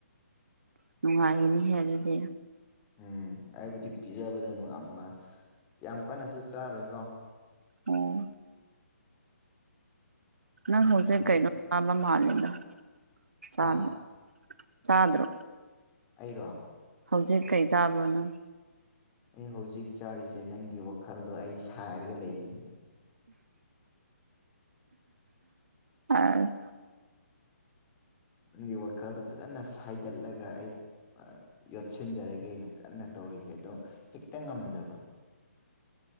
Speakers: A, on the right; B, on the left.
A: ꯅꯨꯡꯉꯥꯏꯒꯅꯤꯍꯦ ꯑꯗꯨꯗꯤ
B: ꯎꯝ ꯑꯩꯕꯨꯗꯤ ꯄꯤꯖꯕꯗ ꯅꯨꯡ ꯌꯥꯝ ꯅꯨꯡꯉꯥꯏ ꯀ ꯀꯟꯅꯁꯨ ꯆꯥꯔꯣꯏꯀꯣ
A: ꯑꯣ ꯅꯪ ꯍꯧꯖꯤꯛ
B: ꯑꯗꯨꯅ
A: ꯀꯩꯅꯣ ꯆꯥꯕ ꯃꯥꯂꯦꯗ ꯆꯥꯗꯦ
B: ꯍꯥ
A: ꯆꯗꯣ
B: ꯑꯩꯔꯣ
A: ꯍꯧꯖꯤꯛ ꯀꯩ ꯆꯥꯕ꯭ꯔꯣꯅꯪ
B: ꯑꯩ ꯍꯧꯖꯤꯛ ꯆꯥꯔꯤꯁꯦ ꯅꯪꯒꯤ ꯋꯥꯈꯜꯗꯣ ꯑꯩ ꯁꯥꯏꯔꯒ ꯂꯩꯔꯤ
A: ꯑ <unintelligible> <inaudible>
B: ꯅꯒꯤ ꯋꯥꯈꯜꯗꯣ ꯐꯖꯅ ꯁꯥꯏꯗꯠꯂꯒ ꯑꯩ ꯌꯣꯠꯁꯤꯟꯖꯔꯒꯦꯅ ꯀꯟꯅ ꯇꯧꯔꯤꯌꯦ ꯑꯗꯣ ꯍꯦꯛꯇ ꯉꯝꯗꯕ